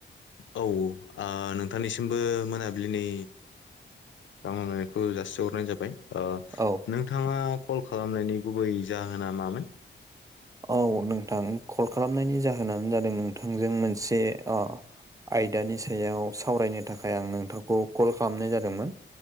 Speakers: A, on the left (about 80°); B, on the right (about 15°).
A: औ ओ नोंथांनिसिमबो मोनाबिलिनि गाहाम हामलायनायखौ जासिहरनाय जाबाय। ओ
B: औ।
A: नोंथाङा कल खालामनायनि गुबै जाहोना मामोन?
B: औ नोंथां कल खालामनायनि जाहोनानो जादों नोंथांजों मोनसे अ आयदानि सायाव सावरायनो थाखाय आं नोंथांखौ कल खालामनाय जादोंमोन,